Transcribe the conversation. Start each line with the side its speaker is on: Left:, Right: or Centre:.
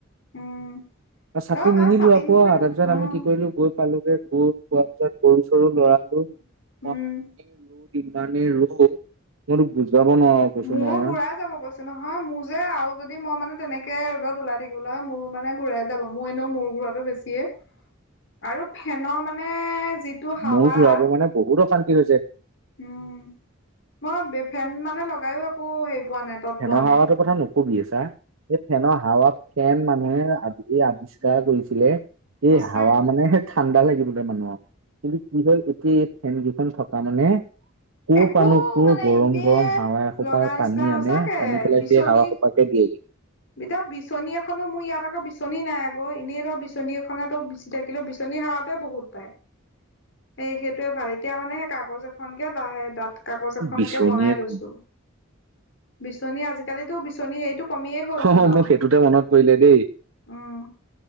Left: উম
Right: <unintelligible> ছাতি
Left: অ মা
Right: নিনিলোঁ আকৌ
Left: নিলে
Right: তাৰ
Left: ন
Right: পিছত
Left: অ
Right: আমি কি কৰিলো গৈ পালোগে গৈ পোৱা পিছত গৰু চৰো ল'ৰালো
Left: উম
Right: <unintelligible> ইমানেই ৰ'দ মই তোক বুজাব নোৱাৰো। কৈছো
Left: মোৰো
Right: নহয়
Left: ঘূৰাই যাব কৈছো কৈছো নহয় মোৰ যে আৰু যদি মই মানে তেনেকে ৰ'দ ওলাই থাকিবলৈ হয় মূৰ মানে ঘূৰায় যাব মোৰ এনেও মূৰ ঘুৰোৱাতো বেছি। দিয়ে আৰু ফেনৰ মানে যিটো হাৱা
Right: মোৰ ঘূৰাৱ মানে বহুত অশান্তি হৈছে।
Left: উম মই ফেন মানে লগাইও একো হেৰি পোৱা নাই। তত
Right: ফেনৰ
Left: পোৱা
Right: হাৱাটোৰ
Left: নাই
Right: কথা নকবি চা এই ফেনৰ হাৱা ফেন মানুহে আ এই আৱিষ্কাৰ কৰিছিলে
Left: সঁচাই
Right: এই হাৱা মানে ঠাণ্ডা লগিবলে মানুহৰ কিন্তু কি হ'ল এতিয়া এই ফেন কেইখন থকা মানে ক'ৰ
Left: একো
Right: পাৰানো ক'ৰ
Left: মানে
Right: গৰম
Left: এনে
Right: গৰম হাৱা এসোপা
Left: লগা নিচিনা
Right: টানি
Left: সঁচাকে
Right: আনে। টানি পেলাই
Left: বিচনী
Right: সেই হাৱা সোপাকে দিয়েহি।
Left: এতিয়া বিচনী এখনো মোৰ ইয়াত আকৌ বিচনী নাই আকৌ এনেই ধৰ বিচনী বিচনী এখনাতো বিচি থাকিলেও বিচনী হাৱা টোৱে বহুত পায়। এই সেইটোয়ে ভাল এতিয়া মানে সেই কাগজ এখনকে লাহে ডাঠ কাগজ এখনকে
Right: বিচনীয়ে
Left: বনাই লৈছো বিচনী আজিকালিতো বিচনী হেৰিটো কমিয়ে গ'লচোন
Right: হ অ'
Left: আও
Right: মই সেই দুটা মনত পৰিলে দেই
Left: উম